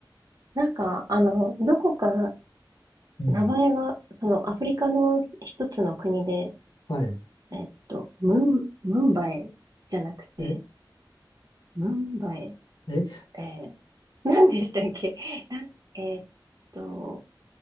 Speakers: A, on the right; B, on the left.
A: なんか、あの、どこか
B: うん。
A: 名前が、そのアフリカの一つの国で、
B: はい。
A: えっと、ムン、ムンバイじゃなくて、
B: え、
A: ムンバイ、
B: え、
A: えー、何でしたっけ <laughs> なんえっと、